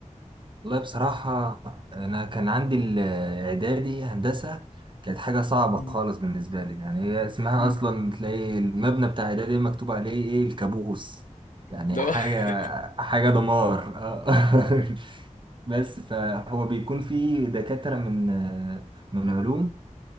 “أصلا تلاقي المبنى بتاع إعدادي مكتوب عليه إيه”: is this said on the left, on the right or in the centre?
Right